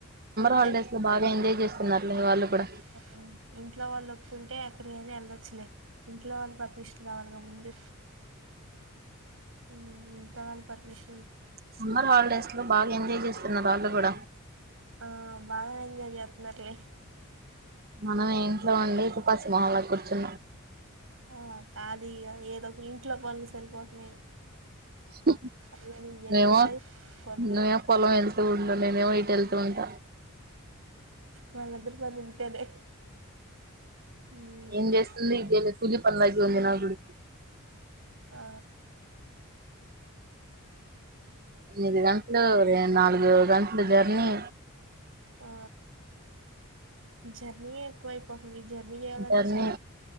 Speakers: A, on the right (about 65°); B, on the right (about 45°).
A: అంతే
B: హాలిడేస్ లో బాగా ఎంజాయ్ చేస్తున్నారులే వాళ్ళు కూడా
A: <unintelligible> ఇంట్లో వాళ్ళు ఒప్పుకుంటే ఫ్రీయానే వెళ్దొచ్చులే ఇంట్లో వాళ్ళు పర్మిషన్ కావాలిగా ముందు ఉ ఇంట్లో వాళ్ళ పర్మిష్
B: సమ్మర్ హాలిడేస్ లో బాగా ఎంజాయ్ చేస్తున్నారు వాళ్ళు కూడా
A: ఆ బాగా ఎంజాయ్ చేతున్నారులే
B: మనం ఇంట్లో ఉండి తుపసి మొహల్లా కూర్చున్నా
A: ఆ కాదు ఇక ఏదో ఒక ఇంట్లో పనులు సరిపోతున్నాయి
B: హు
A: అయ్యని ఇయ్యని
B: మేము
A: నావి పనులు
B: మేము పొలం వెళ్తూ నేనేమో ఇటు వెళ్తూ ఉంటా
A: మనిద్దరి పనులు ఇంతేలే ఉమ్
B: ఏం చేస్తుంది ఇదే కూలీ పనులు అయిపోయినాయి నాగుడు
A: ఆ
B: ఎనిమిది గంట్లు నాలుగు గంట్లు జర్నీ
A: ఆ జర్నీ ఎక్కువైపోతుంది జర్నీ చేయాలంటే
B: జర్నీ
A: స